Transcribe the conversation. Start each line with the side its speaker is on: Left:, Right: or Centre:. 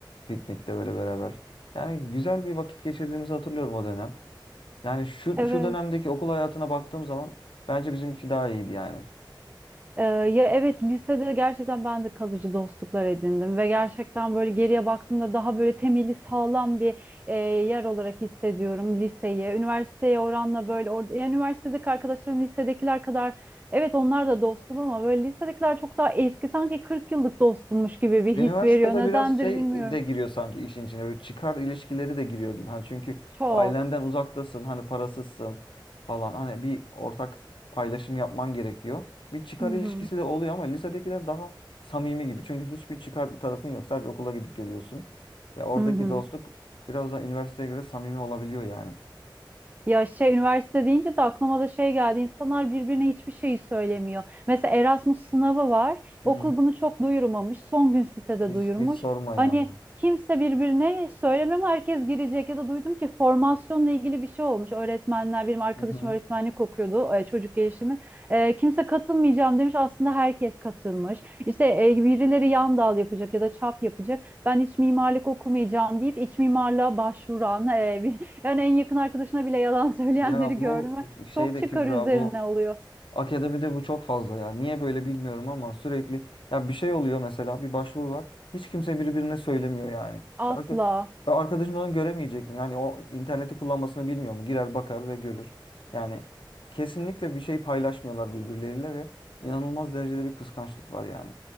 Left: piknikte böyle beraber. Yani güzel bir vakit geçirdiğimizi hatırlıyorum o dönem. Yani şu
Right: evet.
Left: şu dönemdeki okul hayatına baktığım zaman bence bizimki daha iyiydi yani.
Right: Ee, ya evet lisede gerçekten ben de kalıcı dostluklar edindim ve gerçekten böyle geriye baktığımda daha böyle temeli sağlam bir e, yer olarak hissediyorum liseyi. Üniversiteye oranla böyle orada yani üniversitedeki arkadaşlarım lisedekiler kadar evet onlar da dostum ama böyle lisedekiler çok daha eski sanki 40 yıllık dostummuş gibi bir
Left: Üniversitede
Right: his veriyor. Nedendir
Left: biraz şey
Right: bilmiyorum.
Left: de giriyor sanki işin içine. Böyle çıkar ilişkileri de giriyor gibi. Hani çünkü
Right: Çok.
Left: ailenden uzaktasın, hani parasızsın falan. Hani bir ortak paylaşım yapman gerekiyor. Bir çıkar
Right: Hı
Left: ilişkisi
Right: hı.
Left: de oluyor ama lisedekiler daha samimi gibi. Çünkü hiçbir çıkar tarafın yok. Sadece okula gidip geliyorsun. Ve oradaki
Right: Hı hı.
Left: dostluk biraz daha üniversiteye göre samimi olabiliyor yani.
Right: Ya şey üniversite deyince de aklıma da şey geldi. İnsanlar birbirine hiçbir şeyi söylemiyor. Mesela Erasmus sınavı var.
Left: Hı
Right: Okul
Left: hı.
Right: bunu çok duyurmamış. Son gün sitede
Left: Hiç,
Right: duyurmuş.
Left: hiç sorma ya.
Right: Hani kimse birbirine söylemem herkes girecek ya da duydum ki formasyonla ilgili bir şey olmuş. Öğretmenler benim arkadaşım
Left: Hı hı.
Right: öğretmenlik okuyordu e, çocuk gelişimi. E, kimse katılmayacağım demiş. Aslında herkes katılmış. İşte e, birileri yan dal yapacak ya da çap yapacak. Ben iç mimarlık okumayacağım deyip iç mimarlığa başvuran e, bir yani en yakın arkadaşına bile yalan <laughs> söyleyenleri
Left: Ya bu
Right: gördüm. ve
Left: şey
Right: Çok
Left: de
Right: çıkar
Left: Kübra
Right: üzerine
Left: bu
Right: oluyor.
Left: Akademide bu çok fazla ya. Niye böyle bilmiyorum ama sürekli ya bir şey oluyor mesela bir başvuru var. Hiç kimse birbirine söylemiyor yani.
Right: Asla.
Left: Ya Arka, ya arkadaşın onu göremeyecek mi? Yani o interneti kullanmasını bilmiyor mu? Girer bakar ve görür. Yani kesinlikle bir şey paylaşmıyorlar birbirleriyle ve inanılmaz derecede bir kıskançlık var yani.